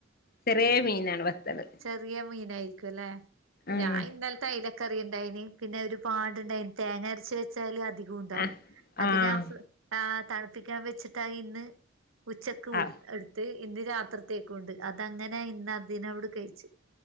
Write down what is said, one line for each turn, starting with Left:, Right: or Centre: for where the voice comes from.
Left: ചെറിയ മീനാണ് വത്തള്
Right: ചെറിയ മീനായിരിക്കു അല്ലേ?
Left: ആഹ്
Right: ഞാൻ ഇന്നലത്തെ അയ്ല ക്കറി ഇണ്ടായിനി. പിന്നെ ഒരു പാട് ഇണ്ടായിന് തേങ്ങരച്ച് വെ ച്ചാല് അധികുണ്ടാവും.
Left: ആഹ്
Right: അത്
Left: ആഹ്
Right: ഞാൻ തണുപ്പിക്കാൻ വെച്ചിട്ടായിന്ന് ഉച്ചക്ക്
Left: ആഹ്
Right: എട്ത്ത്. ഇന്ന് രാത്രിത്തേക്കു ഉണ്ട്. അതങ്ങനെ ഇന്ന് അതിനോവിട് കഴിച്ച്.